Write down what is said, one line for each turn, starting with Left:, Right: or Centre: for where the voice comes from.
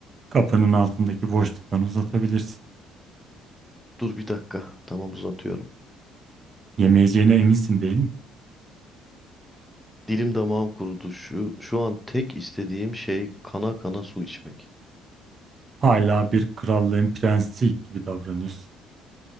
Right: Kapının altındaki boşluktan uzatabilirsin.
Centre: Dur bir dakika. Tamam uzatıyorum.
Right: Yemeyeceğine eminsin değil mi?
Centre: Dilim damağım kurudu. Şu, şu an tek istediğim şey kana kana su içmek.
Right: Hala bir krallığın prensi gibi davranıyorsun.